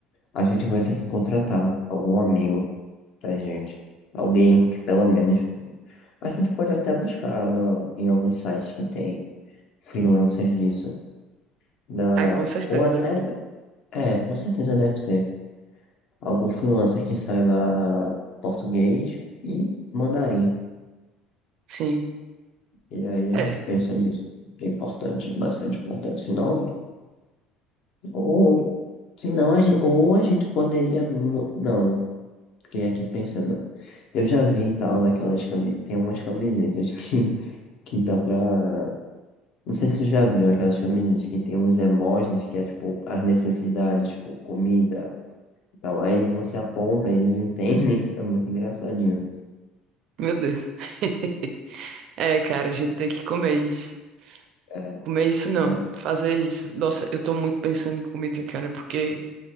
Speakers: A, on the left; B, on the right.
A: a gente vai ter que contratar algum amigo Tá, gente? Alguém que pelo menos. A gente pode até buscar na- em alguns sites que tem freelancers disso. Da,
B: Ai, com certeza,
A: ou até.
B: deve ter.
A: É, com certeza deve ter. Algum freelancer que saiba português e mandarim.
B: Sim.
A: E aí a
B: É,
A: gente pensa nisso. É importante, bastante importante. Senão. Ou. Senão a gente, ou a gente poderia. mu- Não, fiquei aqui pensando. Eu já vi e tal naquelas camisetas. Tem umas camisetas que, <laughs> que dá pra Não sei se tu já viu aquelas camisetas que tem uns emojis que é tipo as necessidades, tipo comida e tal. Aí você aponta, eles entendem. <laughs> É muito engraçadinho.
B: meu Deus. <laughs> É, cara, a gente tem que comer isso.
A: É,
B: Comer isso não,
A: mas não,
B: fazer isso. Nossa, eu tô muito pensando em comida, cara, porque.